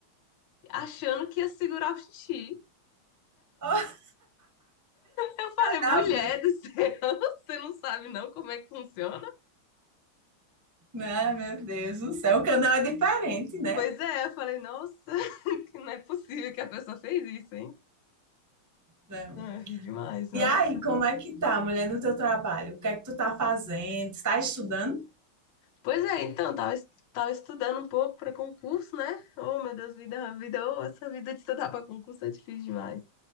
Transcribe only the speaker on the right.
Oh,
tá
bem.
Ah, meu Deus do céu, o canal é diferente, né?
Não.
E aí, como é que tá, mulher, no teu trabalho? O que é que tu tá fazendo? Está estudando?